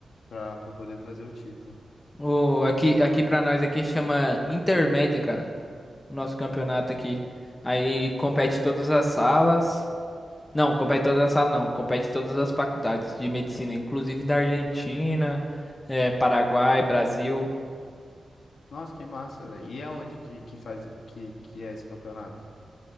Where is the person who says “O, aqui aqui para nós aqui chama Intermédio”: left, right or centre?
Left